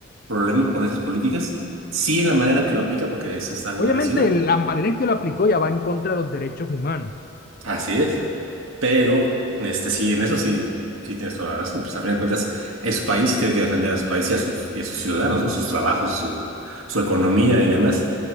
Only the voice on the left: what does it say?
Obviamente,
la manera en que lo aplicó ya va en contra de los derechos humanos.